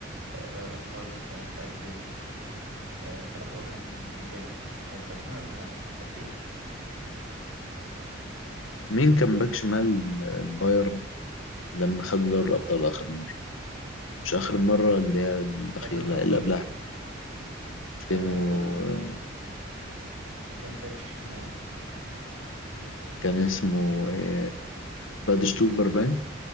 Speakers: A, on the right; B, on the left.
A: آه، دوري الأبطال في في 2000 آه، فلا هو كان كان جامد آه، في 2000 و2001 2000
B: مين كان باك شمال البايرن لما خدوا دوري الأبطال آخر مرة مش آخر مرة اللي هي الأخير
A: في 2013
B: لا اللي قبلها 2013
A: آه، كان باك شمال
B: كان اسمه إيه، بادشتوبر باين